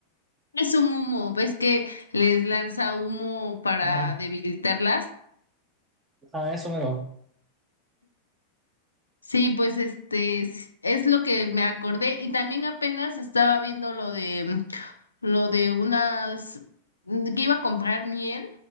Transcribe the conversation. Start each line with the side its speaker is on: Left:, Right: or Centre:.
Left: Es un humo, ¿ves que les lanza humo para
Right: Ah,
Left: debilitarlas?
Right: ah, eso mero. <laughs>
Left: Sí, pues este es, es lo que me acordé y también apenas estaba viendo lo de mm, lo de unas mm, que iba a comprar miel